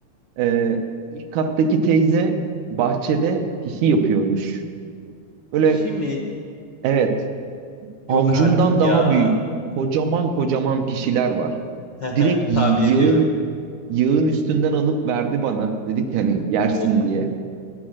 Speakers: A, on the right; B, on the left.
A: ee, ilk kattaki teyze bahçede pisi yapıyormuş. Böyle
B: Pişi mi?
A: evet avcumdan
B: Yok artık
A: daha
B: ya.
A: büyük kocaman kocaman pişiler var
B: <laughs>
A: direkt
B: Tahmin ediyorum.
A: yağın yağın üstünden alıp verdi bana. Dedi ki hani yersin
B: Oh,
A: diye.